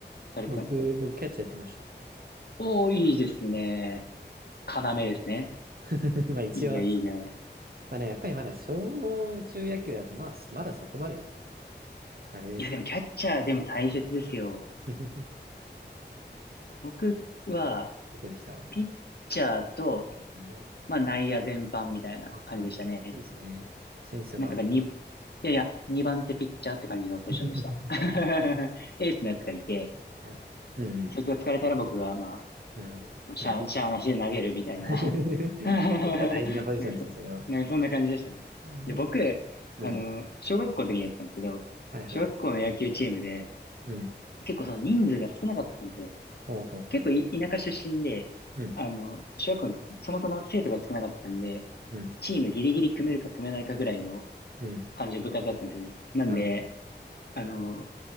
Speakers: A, on the left; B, on the right.
A: されてたんですか
B: 僕、僕、キャッチャーやってました。
A: おー、いいですね。要ですね。
B: <laughs> まあ、一応、
A: いいな、いいな。
B: そうです。まあね、やっぱりまだ小中野球だと、まあ、まだそこまで、あれですけど。
A: いや、でもキャッチャーでも大切ですよ。
B: <laughs>
A: 僕は、
B: いい子でした。う
A: ピッチャーと、
B: ん
A: まあ内野全般みたいな感じでしたね。
B: はいはいはいいいですね。センスが。
A: なんかがに、いやいや、2番手ピッチャーって感じのポジションでした。
B: <laughs>
A: <laughs> エースのやつがいて、
B: はい。うんうん。
A: そいつが疲れたら僕が、まあ
B: なるほど。
A: もうしゃあ、
B: いや、いい。
A: しゃーなしで投げるみたいな。
B: <laughs>
A: <laughs> なんかそ、
B: 大事なポジションですよ、それは。
A: なんかそんな感じでしたね。
B: ね。
A: で、僕、
B: うん。
A: あの、小学校の時にやってたんですけど、
B: はいはい。
A: 小学校の野球チームで、
B: うん。
A: 結構その人数が少なかったんですよ。
B: ほうほうほ
A: 結構い田舎出身で、
B: う。うん。
A: あの、小学校の、そもそも生徒が少なかったんで、
B: うん。
A: チームギリギリ組めるか組めないかぐらいの
B: うん。
A: 感じの部活だったんですよね。なんで、
B: なる
A: あの、